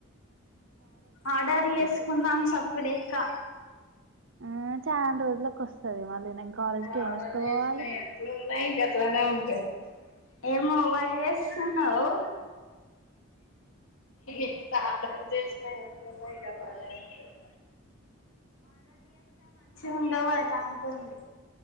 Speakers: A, on the left; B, on the right.
A: ఆర్డర్ చేసుకున్నాాం
B: ఒకటి
A: సబ్ ఇంకా
B: ఆ చాలా రోజులకు వస్తది మళ్ళీ నేను కాలేజ్కి
A: ఇప్పుడ ఆర్డర్
B: ఏం ఏసుకపోవాలి
A: చేసిన ఎట్లు ఉన్నాయి ఎట్లానే ఉంటాయి ఏం వ చేస్తున్నావు ఎట్లా ఆడర్ చేసినా ఎట్లన్నా <unintelligible> ఉండవు అట అంటంది